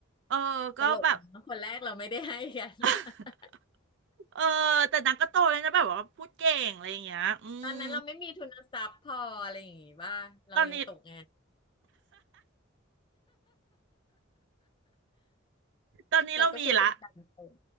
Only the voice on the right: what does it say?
เออก็แบบ
<laughs>
เออแต่นางก็โตเลยนะแบบว่าพูดเก่งอะไรอย่างเงี้ยอืม
ตอนนี้ตอนนี้เรามีละ